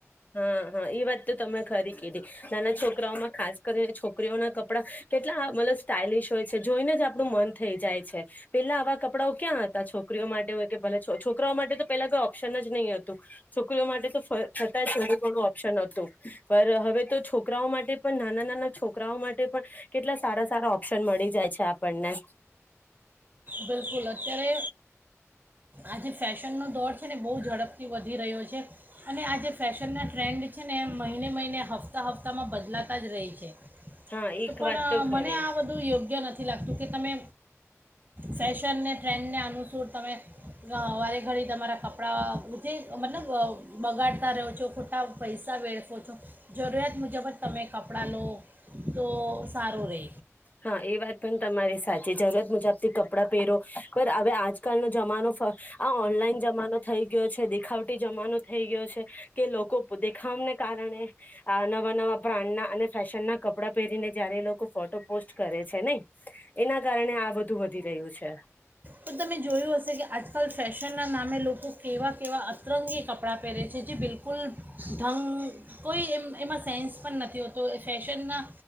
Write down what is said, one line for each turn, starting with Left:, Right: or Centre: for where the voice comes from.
Left: હા હા એ વાત તો તમે ખરી કેધી નાના છોકરાઓમાં ખાસ. કરીને છોકરીઓ ના કપડા કેટલા મતલબ સ્ટાલિશ હોય છે, જોઈને જ આપણું મન થઈ જાય છે પેલા આવા કપડાઓ ક્યાં હતા છોકરીઓ માટે હોય કે ભલે છોકરાઓ માટે તો પેલા કોઈ ઓપ્શન જ નહી હતું છોકરીઓ માટે તો થોડું ઘણું ઓપ્શન હતું. પર હવે તો છોકરાઓ માટે પણ નાના-નાના છોકરાઓ માટે પણ કેટલા સારા-સારા ઓપ્શન મળી જાય છે આપણને.
Right: બિલકુલ અત્યારે. આજે ફેશનનો દોર છે ને બહુ ઝડપથી વધી રહ્યો છે, અને આ જેે ફેશનના ટ્રેન્ડ છે ને એ મહિને મહિને હપ્તા હપ્તામાં બદલાતા જ રહે છે.
Left: હા એક
Right: તો પણ
Left: વાત તો ખરી
Right: મને આ બધું યોગ્ય નથી લાગતું કે તમે. ફેશનને ટ્રેન્ડને અનુસૂર તમે વારે ઘડી તમારા કપડાં. ને મતલબ બગાડતા રહો છો ખોટા પૈસા વેળખો છો, જરૂરિયાત મુજબ જ તમે કપડાં લો. તો સારું રે.
Left: હા એ વાત પણ તમારી સાચી જરૂરત મુજબ થી કપડા પહેરો હવે આ આજકાલનો જમાનો આ ઓનલાઈન જમાનો થઈ ગયો છે. ખાવટી જમાનો થઈ ગયો છે કે લોકો દેખામને કારણે. આ નવા નવા બ્રાન્ડના અને ફેશન ના કપડાં પહેરીને જયારે એ લોકો ફો પોસ્ટ કરે છે નહી એના કારણે આ બધું વધી રહ્યું છે.
Right: તો તમે જોયું હશે કે આજકાલ ફેશનના નામે લોકો કેવા કેવા અતરંગી કપડાં પહેરે છે જે બિલકુલ ઢંગ કોઈ એમ એમાં સેન્સ પણ નથી હોતું. એ ફેશનના